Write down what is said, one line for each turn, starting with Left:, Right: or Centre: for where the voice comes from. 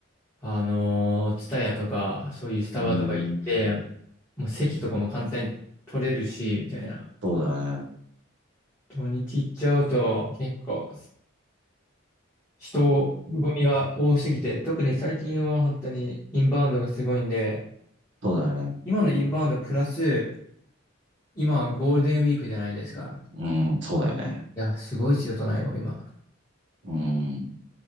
Left: あのー、ツタヤとか、そういうスタバとか行って、
Right: うーん。
Left: もう席とかも簡単に取れるし、みたいな。
Right: そうだよね。
Left: 土日行っちゃうと結構人混みが多すぎて、
Right: うん
Left: 特に最近は本当にインバウンドがすごいんで、
Right: そうだよね。
Left: 今のインバウンドプラス、今ゴールデンウィークじゃないですか。
Right: うん、そうだよね。
Left: いや、すごいですよ、都内は今。
Right: うん。